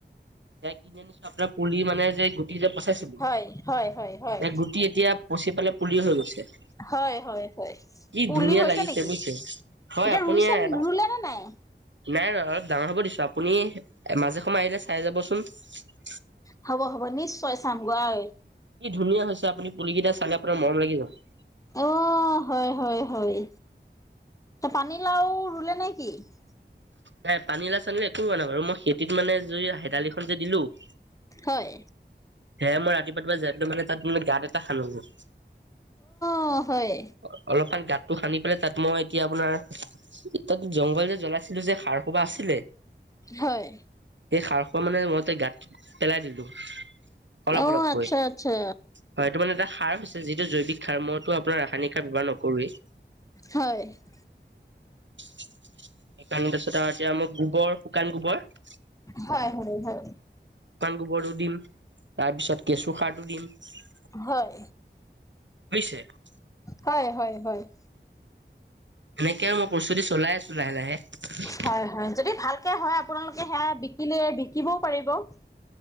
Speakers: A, on the right; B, on the left.
A: যসেয়া কিনি আনিছো আপোনাৰ পুলি মানে যে গুটি যে পচাইছিলো <unintelligible>
B: হয় হয় হয় হয়
A: এয়া <unintelligible> গুটি এতিয়া পচি পেলাই পুলি হৈ গৈছে। <unintelligible>
B: হয়-হয়-হয়।
A: কি
B: পুলি
A: ধুনীয়া
B: হৈছে
A: লাগিছে
B: নেকি?
A: বুজিছে।
B: <unintelligible>
A: হয়
B: এতিয়া
A: আপুনি
B: ৰুইছে <unintelligible>
A: এবাৰ
B: ৰুলে নে নাই?
A: নাই ৰুৱা, অলপ ডাঙৰ হ'ব দিছো আপুনি মাজে সময় আহিলে চাই যাব চোন। <unintelligible>
B: হ'ব-হ'ব নিশ্চয় চাম গৈ <unintelligible>
A: কি ধুনীয়া হৈছে আপুনি পুলিকেইটা চালে আপোনাৰ মৰম লাগি যাব। <unintelligible>
B: অ, হয়-হয়-হয়। পানীলাও ৰুলে নে কি? <unintelligible>
A: নাই পানীলাও-চানীলাও একো ৰুৱা নাই বাৰু মই খেতিত মানে জই <unintelligible> হেতালিখন যে দিলো <inaudible>
B: হয়।
A: সেয়াই মই ৰাতিপুৱা-ৰাতিপুৱা যায় পেলাই মানে তাত মানে গাত এটা খান্ধো গে <unintelligible>
B: অঁ! হয়।
A: <unintelligible> অলপমান গাতটো খান্ধি পেলাই তাত মই এতিয়া আপোনাৰ এ <unintelligible> তাত জংঘল যে জ্বলাইছিলো যে সাৰ সোপা আছিলে
B: হয়।
A: সেই সাৰ সোপা মানে মই গাত পেলাই দিলো, অলপ-অলপকৈ।
B: অ আচ্ছা
A: <inaudible>
B: আচ্ছা
A: হয় এইটো মানে এটা সাৰ হৈছে যিটো জৈৱিক সাৰ। মইতো আপোনাৰ ৰাসায়নিক সাৰ ব্যৱহাৰ নকৰোৱেই। <unintelligible>
B: হয়। <inaudible>
A: <inaudible> সেইকাৰণে তাৰপাছত আৰু এতিয়া মই গোবৰ শুকান গোবৰ <unintelligible>
B: হয়-হয়-হয় <inaudible>
A: শুকান গোবৰটো দিম, তাৰ পিছত কেঁচু সাৰটো দিম। <unintelligible>
B: হয়।
A: হৈছে <unintelligible>
B: হয়-হয়-হয়। <inaudible>
A: এনেকে আৰু মই প্ৰস্তুতি চলাই আছো লাহে-লাহে। <inaudible>
B: হয়-হয়। যদি ভালকে হয় আপোনালোকে সেয়া বিকিলে বিকিবও পাৰিব। <unintelligible>